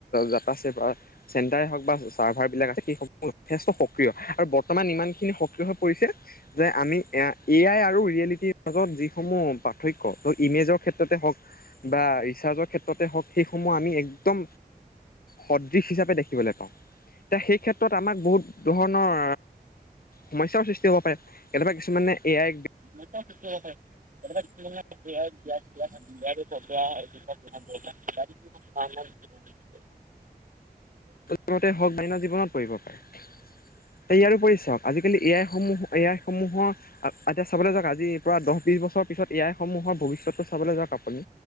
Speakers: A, on the left; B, on the right.
A: যাত্ৰা আছে বা। চেণ্টাৰে হওক বা চাৰ্ভাৰ। বিলাক আছে। যথেষ্ট সক্ৰিয় আৰু বৰ্তমান ইমানখিনি সক্ৰিয় হৈ পৰিছে। যে আমি এ আই আৰু ৰিয়েলিটিৰ মাজত যিসমূহ পাৰ্থক্য বা, ইমেজৰ ক্ষেত্ৰতে হওক। বা ৰিচাৰ্জৰ ক্ষেত্ৰতে হওঁক সেইসমূহ আমি একদম সদৃশ হিচাপে দেখিবলৈ পাওঁ। এ সেই ক্ষেত্ৰত। আমাক। বহুত ধৰণৰ। সমস্যাৰও সৃষ্টি হ'ব পাৰে, কেতিয়াবা কিছুমানে এয়াই।
B: বিয়া <unintelligible> <unintelligible>
A: প্ৰথমতে হওক, অন্য জীৱনত পৰিব। ইয়াৰো উপৰি চাওক, আজিকালি এ আই সমূহ এ আই সমূহ। মুঠ। এতিয়া চাবলৈ যাওক আজি পৰা দহ বিশ বছৰৰ পিছত এ আইসমূহৰ ভৱিষ্যতটো চাবলৈ যাওক। আপুনি